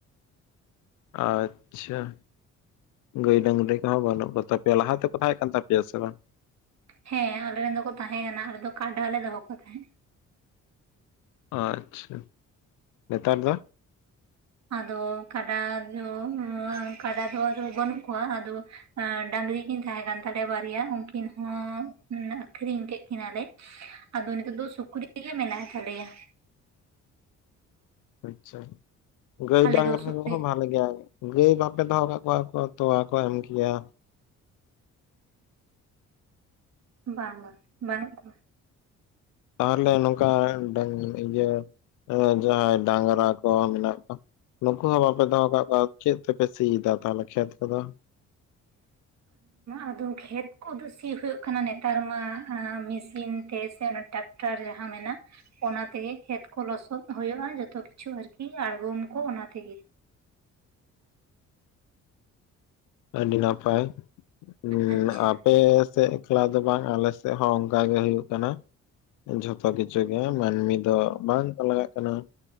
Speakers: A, on the left; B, on the right.
A: ᱟᱪᱪᱷᱟ ᱾ ᱜᱟᱹᱭ ᱰᱟᱝᱨᱤ ᱠᱚᱦᱚᱸ ᱵᱟᱹᱱᱩᱜ ᱠᱚᱛᱟ ᱯᱮᱭᱟ ᱞᱟᱦᱟ ᱛᱮᱠᱚ ᱛᱟᱦᱮᱸ ᱠᱟᱱ ᱛᱟᱯᱮᱭᱟ ᱥᱮ ᱵᱟᱝ?
B: ᱦᱮᱸ ᱟᱞᱮ ᱨᱮᱱ ᱫᱚᱠᱚ ᱛᱟᱦᱮᱸ ᱠᱟᱱᱟ ᱟᱞᱮ ᱫᱚ ᱠᱟᱰᱟ ᱞᱮ ᱫᱚᱦᱚ ᱠᱚ ᱛᱟᱦᱮᱸᱫ ᱾
A: ᱟᱪᱪᱷᱟ, ᱱᱮᱛᱟᱨ ᱫᱚ?
B: ᱟᱫᱚ ᱠᱟᱰᱟ ᱫᱚ ᱠᱟᱰᱟ ᱫᱚ ᱟᱫᱟ ᱵᱟᱹᱱᱩᱜ ᱠᱚᱣᱟ, ᱟᱫᱚ ᱰᱟᱝᱨᱤ ᱠᱤᱱ ᱛᱟᱦᱮᱸ ᱠᱟᱱ ᱛᱟᱞᱮᱭᱟ ᱵᱟᱨᱭᱟ ᱩᱱᱠᱤᱱ ᱦᱚᱸ ᱟᱠᱷᱨᱤᱧ ᱠᱮᱫ ᱠᱤᱱᱟᱞᱮ ᱾ ᱟᱫᱚ ᱱᱤᱛᱳᱜ ᱫᱚ ᱥᱩᱠᱨᱤ ᱜᱮ ᱢᱮᱱᱟᱭ ᱛᱟᱞᱮᱭᱟ᱾
A: ᱟᱪᱪᱷᱟ ᱜᱟᱹᱭ
B: ᱟᱞᱮ
A: ᱰᱟᱝᱨᱟ
B: ᱫᱚ ᱥᱩᱠᱨᱤ
A: ᱠᱚᱦᱚᱸ ᱵᱷᱟᱞᱮ ᱜᱮᱭᱟ ᱾ ᱜᱟᱹᱭ ᱵᱟᱯᱮ ᱫᱚᱦᱚ ᱠᱟᱜ ᱠᱚᱣᱟ ᱠᱚ ᱛᱚᱣᱟ ᱠᱚ ᱮᱢ ᱠᱮᱭᱟ᱾
B: ᱵᱟᱝ ᱵᱟᱝ ᱵᱟᱱᱩᱜ ᱠᱚᱣᱟ᱾
A: ᱛᱟᱦᱚᱞᱮ ᱱᱚᱝᱠᱟ ᱤᱭᱟᱹ ᱡᱟᱦᱟᱸᱭ ᱰᱟᱝᱨᱟ ᱠᱚ ᱢᱮᱱᱟᱜ ᱠᱚᱣᱟ᱾ ᱱᱩᱠᱩ ᱦᱚᱸ ᱵᱟᱯᱮ ᱫᱚᱦᱚ ᱠᱟᱜ ᱠᱚᱣᱟ ᱪᱮᱫ ᱛᱮᱯᱮ ᱥᱤᱭᱟ ᱛᱟᱦᱚᱞᱮ ᱠᱷᱮᱛ ᱠᱚᱫᱚ? <unintelligible>
B: ᱟᱫᱚ ᱠᱷᱮᱛ ᱠᱚᱫᱚ ᱥᱤ ᱦᱩᱭᱩᱜ ᱠᱟᱱᱟ ᱱᱮᱛᱟᱨ ᱢᱟ ᱢᱮᱥᱤᱱ ᱛᱮ ᱥᱮ ᱚᱱᱟ ᱴᱟᱠ ᱴᱟᱨ ᱡᱟᱦᱟ ᱢᱮᱱᱟᱜ ᱚᱱᱟ ᱛᱮᱜᱮ ᱠᱷᱮᱛ ᱠᱚ ᱞᱚᱥᱚᱫ ᱦᱩᱭᱩᱜᱼᱟ ᱡᱚᱛᱚ ᱠᱤᱪᱷᱩ ᱟᱨᱠᱤ ᱟᱲᱜᱚᱢ ᱠᱚ ᱚᱱᱟ ᱛᱮᱜᱮ᱾
A: ᱟᱹᱰᱤ ᱱᱟᱯᱟᱭ ᱩᱸ
B: ᱟᱪᱪᱷᱟ
A: ᱟᱯ ᱯᱮ ᱥᱮᱫ ᱮᱠᱞᱟ ᱫᱚ ᱵᱟᱝ ᱟᱞᱮ ᱥᱮᱫ ᱦᱚᱸ ᱚᱱᱠᱟ ᱜᱮ ᱦᱩᱭᱩᱜ ᱠᱟᱱᱟ᱾ ᱡᱷᱚᱛᱚ ᱠᱤᱪᱷᱩ ᱜᱮ ᱢᱟᱹᱱᱢᱤ ᱫᱚ ᱵᱟᱝ ᱠᱚ ᱞᱟᱜᱟᱜ ᱠᱟᱱᱟ᱾